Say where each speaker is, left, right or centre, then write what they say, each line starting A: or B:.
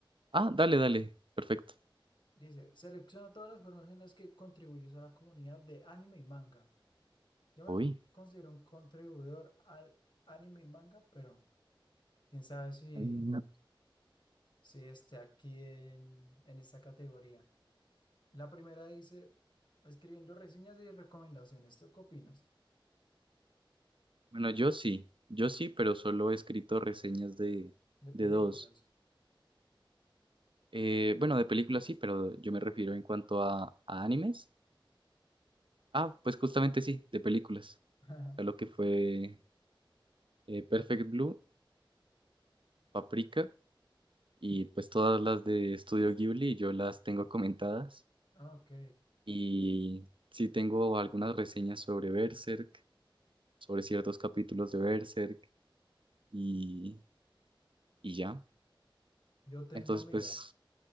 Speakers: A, on the right; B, on the left.
A: Ah, dale, dale. Perfecto.
B: Dice, selecciona todas las formas en las que contribuyes a la comunidad de anime y manga. Yo me
A: Uy,
B: considero un contribuidor al anime y manga, pero quién sabe si...
A: Mm.
B: Sí, está aquí en, en esta categoría. La primera dice, escribiendo reseñas y recomendaciones. ¿Tú qué opinas?
A: Bueno, yo sí, yo sí, pero solo he escrito reseñas de,
B: De películas.
A: de dos. Eh, bueno, de películas sí, pero yo me refiero en cuanto a, a animes. Ah, pues justamente sí, de películas.
B: <laughs>
A: A lo que fue eh, Perfect Blue, Paprika y pues todas las de Studio Ghibli, yo las tengo comentadas.
B: Ah, Ok.
A: Y sí tengo algunas reseñas sobre Berserk, sobre ciertos capítulos de Berserk y, y ya.
B: Yo tengo,
A: Entonces,
B: mira.
A: pues,